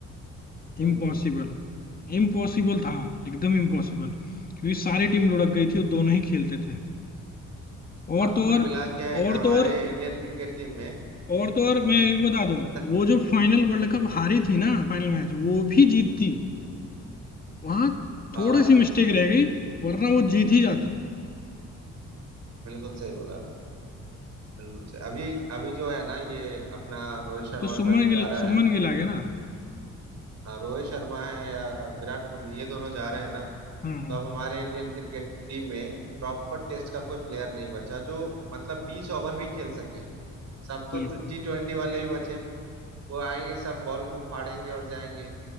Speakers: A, on the right (about 60°); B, on the left (about 30°).
A: बिल्कुल
B: इम्पॉसिबल इम्पॉसिबल था एकदम इम्पॉसिबल क्योंकि सारी टीम लुढ़क गई थी और दोनों ही खेलते थे और
A: अब
B: तो
A: कुल
B: और
A: मिला के
B: और
A: हमारे
B: तो और
A: इंडियन क्रिकेट टीम में
B: और तो और मैं ये भी बता दूं
A: पता
B: वो जो फाइनल वर्ल्ड कप
A: हम्म
B: हारी थी ना फाइनल मैच वो भी जीतती
A: हम्म, हम्म।
B: वहां
A: हाँ
B: थोड़ी सी मिस्टेक रह गई वरना वो जीत ही जाती
A: बिल्कुल सही बोला बिल्कुल से अभी अभी जो है ना ये अपना रोहित शर्मा
B: अब तो सुमन
A: का जो
B: गिल
A: जा रहा
B: सुमन
A: है
B: गिल आ गए ना
A: हाँ रोहित शर्मा है या विराट कोहली ये दोनों जा रहे हैं ना
B: हम्म हम्म।
A: तो अब हमारे इंडियन क्रिकेट टीम में प्रॉपर टेस्ट का कोई प्लेयर नहीं बचा जो मतलब बीस ओवर भी खेल सके सब तो
B: बिल्कुल
A: टी ट्वेंटी वाले ही बचे वो आएंगे सब बॉल को फाड़ेंगे और जाएंगे